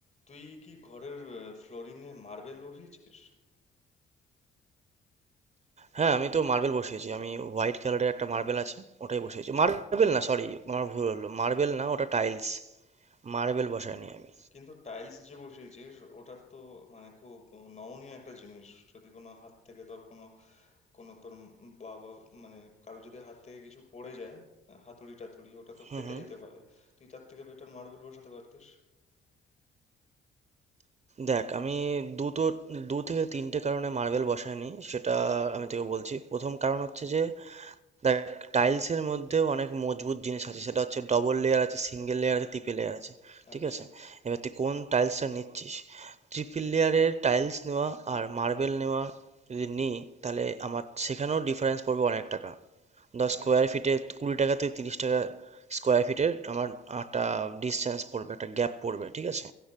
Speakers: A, on the left (about 35°); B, on the right (about 35°).
A: তুই কি ঘরের ফ্লোরিং এ মার্বেল বসিয়েছিস
B: হ্যাঁ, আমি তো মার্বেল বসিয়েছি। আমি হোয়াইট কালারের একটা মার্বেল আছে, ওটাই বসিয়েছি।
A: আর
B: মার্বেল না, সরি, আমার ভুল হলো। মার্বেল না, ওটা টাইলস। মার্বেল বসাইনি আমি।
A: কিন্তু টাইলস যে বসিয়েছিস ওটা তো মানে খুব নমনীয় একটা জিনিস যদি কোনো হাত থেকে ধর কোনো কোনো তোর বাবা মানে কারো যদি হাত থেকে কিছু পড়ে যায় হাতুড়ি টাতুড়ি ওটা তো
B: হুম
A: ফেটে
B: হুম।
A: যেতে পারে তুই তার থেকে বেটার মার্বেল বসাতে পারতিস
B: দেখ, আমি দুটো দু থেকে তিনটে কারণে মার্বেল বসাইনি, সেটা
A: হ্যাঁ
B: আমি তোকে বলছি। প্রথম কারণ হচ্ছে যে দেখ টাইলস এর মধ্যেও অনেক মজবুত জিনিস আছে সেটা হচ্ছে ডবল লেয়ার আছে সিঙ্গেল লেয়ার আছে ট্রিপল লেয়ার আছে
A: আচ্ছা
B: ঠিক আছে এবার তুই কোন টাইলসটা নিচ্ছিস ট্রিপল লেয়ারের টাইলস নেওয়া আর মার্বেল নেওয়া যদি নিই তাহলে আমার সেখানেও ডিফারেন্স পড়বে অনেক টাকা দশ স্কোয়ার
A: আচ্ছা
B: ফিটে কুড়ি টাকা থেকে তিরিশ টাকা স্কোয়ার ফিটের আমার একটা ডিসটেন্স পড়বে একটা গ্যাপ পড়বে ঠিক আছে